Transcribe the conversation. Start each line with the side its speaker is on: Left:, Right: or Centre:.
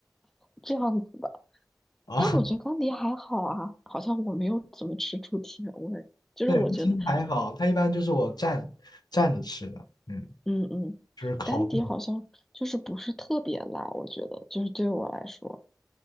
Centre: 这样子的。
Left: 啊。
Centre: 但我觉得干碟还好啊，
Left: <laughs>
Centre: 好像我没有怎么吃出甜味，就是我觉得，
Left: 对，其实还好，它一般就是我蘸蘸着吃的，嗯，
Centre: 嗯嗯，
Left: 就是烤肉。
Centre: 干碟好像就是不是特别辣，我觉得就是对我来说，